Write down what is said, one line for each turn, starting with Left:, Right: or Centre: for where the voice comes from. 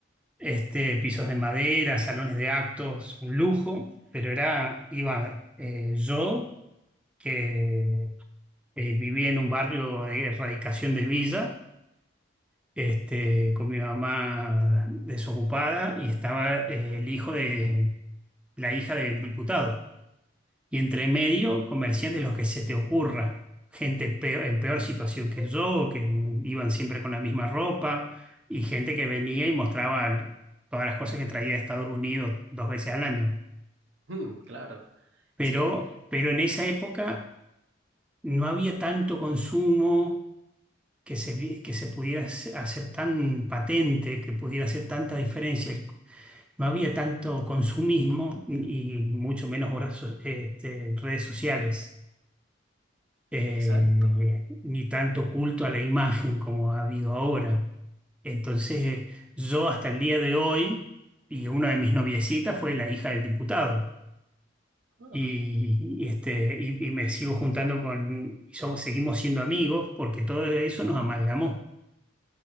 Centre: este, pisos de madera, salones de actos, un lujo, pero era, iba eh, yo, que eh, vivía en un barrio de erradicación de villa, este, con mi mamá desocupada, y estaba eh, el hijo de la hija del diputado. Y entre medio, comerciantes, los que se te ocurra. Gente peo- en peor situación que yo, que iban siempre con la misma ropa, y gente que venía y mostraba l- todas las cosas que traía de Estados Unidos dos veces al año.
Right: mm, claro,
Centre: Pero,
Right: sí,
Centre: pero en esa época no había tanto consumo que se, vi- que se pudiera hace- hacer tan patente, que pudiera hacer tanta diferencia. No había tanto consumismo y y mucho menos horas so- este, redes sociales. eh,
Right: exacto.
Centre: ni tanto culto a la imagen como ha habido ahora. Entonces, eh, yo hasta el día de hoy, y una de mis noviecitas fue la hija del diputado,
Right: Ah,
Centre: y, y, este, y, y me sigo juntando con, y somos, seguimos siendo amigos porque todo eso nos amalgamó.